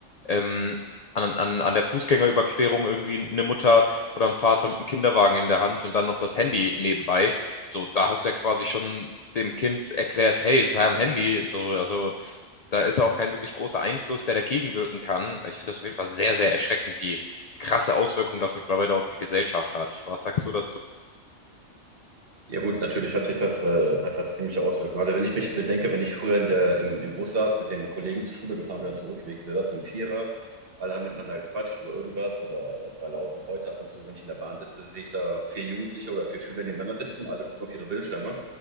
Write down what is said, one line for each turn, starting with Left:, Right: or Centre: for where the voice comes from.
Left: ähm, an, an, an der Fußgängerüberquerung irgendwie eine Mutter oder ein Vater mit einem Kinderwagen in der Hand und dann noch das Handy nebenbei. So, da hast du ja quasi schon dem Kind erklärt, hey, sei am Handy. So, also da ist auch kein wirklich großer Einfluss, der dagegen wirken kann. Ich finde das auf jeden Fall sehr, sehr erschreckend, wie krasse Auswirkungen das mittlerweile auf die Gesellschaft hat. Was sagst du dazu?
Right: Ja gut, natürlich hat sich das, äh, hat das ziemliche Auswirkungen. Also wenn ich mich bedenke, wenn ich früher in der, im, im Bus saß, mit den Kollegen zur Schule gefahren bin und zurückgelegt, wir saßen im Vierer, alle haben miteinander gequatscht über irgendwas oder es war laut und heute ab und zu, wenn ich in der Bahn sitze, sehe ich da vier Jugendliche oder vier Schüler nebeneinander sitzen, alle gucken auf ihre Bildschirme,